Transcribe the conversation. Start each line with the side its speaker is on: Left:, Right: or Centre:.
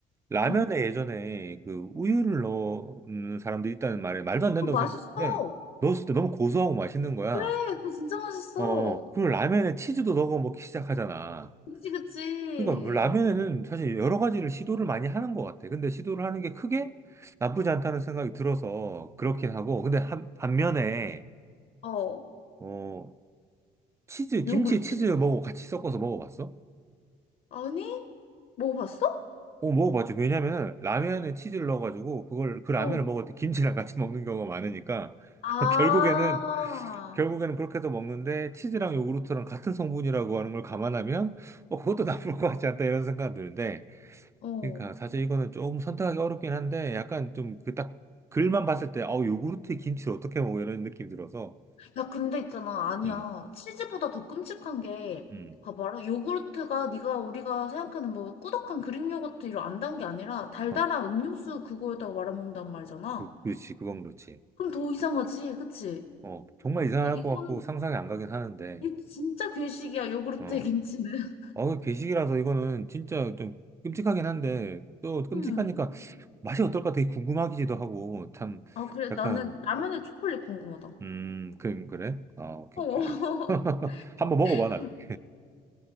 Right: 라면에
Left: 응.
Right: 예전에 그 우유를 넣는 사람들이 있다는 말에 말도 안 된다고
Left: 어, 맛있어
Right: 생각했는데, 넣었을 때 너무 고소하고 맛있는 거야.
Left: 그래 그거 진짜 맛있어
Right: 어, 어. 그리고 라면에 치즈도 넣어 먹기 시작하잖아.
Left: 그치 그치
Right: 그러니까 뭐 라면에는 사실 여러 가지를 시도를 많이 하는 것 같아. 근데 시도를 하는 게 크게 나쁘지 않다는 생각이 들어서 그렇긴 하고. 근데 한, 반면에,
Left: 어
Right: 어, 치즈, 김치에
Left: 요구르트
Right: 치즈 먹고 같이 섞어서 먹어봤어?
Left: 아니 먹어봤어?
Right: 어, 먹어봤지. 왜냐면은 라면에 치즈를 넣어가지고 그걸, 그 라면을
Left: 어
Right: 먹을 때 김치랑 같이 먹는 경우가 많으니까.
Left: 아,
Right: <laughs> 결국에는, 결국에는 그렇게 해서 먹는데 치즈랑 요구르트랑 같은 성분이라고 하는 걸 감안하면 뭐 그것도 나쁠 것 같지 않다 이런 생각이 드는데
Left: 어.
Right: 그러니까 사실 이거는 조금 선택하기 어렵긴 한데 약간 좀 그 딱 글만 봤을 때 아우 요구르트에 김치를 어떻게 먹어 이런 느낌이 들어서
Left: 야, 근데 있잖아. 아니야.
Right: 음,
Left: 치즈보다 더 끔찍한 게,
Right: 음.
Left: 봐봐라. 요구르트가 네가 우리가 생각하는 뭐 꾸덕한 그릭 요거트 이런 안 단 게 아니라 달달한
Right: 어,
Left: 음료수 그거에다가 말아먹는단 말이잖아.
Right: 그, 그렇지 그건 그렇지
Left: 그럼 더 이상하지, 그치?
Right: 어 정말 이상할
Left: 이, 이건,
Right: 것 같고 상상이 안 가긴 하는데
Left: 이 진짜 괴식이야, 요구르트에
Right: 어,
Left: 김치는. <laughs>
Right: 어 괴식이라서 이거는 진짜 좀 끔찍하긴 한데 또 끔찍하니까
Left: 음.
Right: 맛이 어떨까 되게 궁금하기도 하고 참
Left: 아, 그래.
Right: 약간
Left: 나는 라면에 초콜릿 궁금하다.
Right: 음 그, 그래 아 오케이
Left: 어.
Right: 오케이 알겠어 <laughs> 한번 먹어봐
Left: <laughs>
Right: 나중에